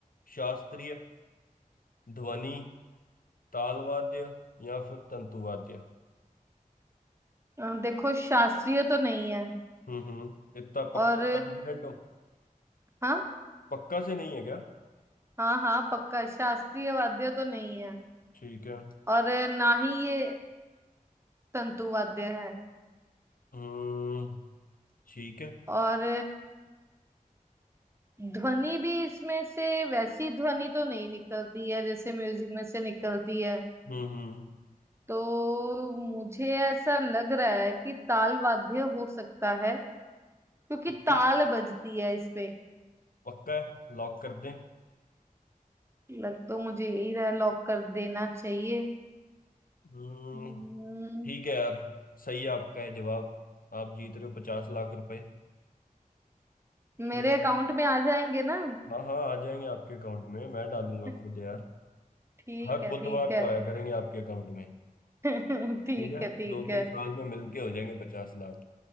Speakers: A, on the left; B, on the right.
A: शास्त्रीय ध्वनि ताल वाद्य या फिर तंतु वाद्य
B: अ, देखो शास्त्रीय तो नहीं है
A: हम्म हम्म इतना
B: और
A: पक्का कॉन्फिडेंट हो
B: हाँ
A: पक्का से नहीं है क्या
B: हाँ हाँ पक्का शास्त्रीय वाद्य तो नहीं है
A: ठीक है
B: और ना ही ये तंतु वाद्य है
A: हम्म ठीक है
B: और ध्वनि भी इसमें से वैसी ध्वनि तो नहीं निकलती है जैसे म्यूजिक में से निकलती है
A: हम्म हम्म
B: तो मुझे ऐसा लग रहा है कि ताल वाद्य हो सकता है क्योंकि
A: पक्का
B: ताल बजती है इस पे
A: पक्का है लॉक कर दें
B: लग तो मुझे यही रहा लॉक कर देना चाहिए
A: हम्म
B: हम्म,
A: ठीक है यार सही है आपका है जवाब आप जीत रहे हो पचास लाख रुपए ठीक
B: मेरे अकाउंट
A: है
B: में आ जाएंगे ना
A: हाँ हाँ आ जाएंगे आपके अकाउंट में मैं डालूंगा
B: <laughs>
A: खुद यार
B: ठीक
A: हर
B: है
A: बुधवार
B: ठीक है
A: को आया करेंगे आपके अकाउंट में
B: <laughs> ठीक
A: ठीक है
B: है ठीक
A: दो
B: है
A: तीन साल में मिलके हो जाएंगे पचास लाख